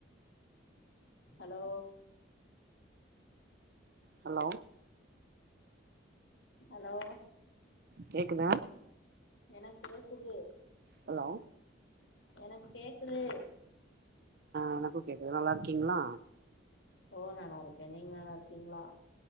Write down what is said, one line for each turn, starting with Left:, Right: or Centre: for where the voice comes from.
Left: hello
Right: hello
Left: hello
Right: கேக்குதா
Left: எனக்கு கேக்குது
Right: ஹலோ
Left: எனக்கு கேக்குது
Right: எனக்கும் கேக்குது நல்ல கிகளா
Left: ஓ நல்லா இருக்கே நீங்க நல்லா இருக்கீங்களா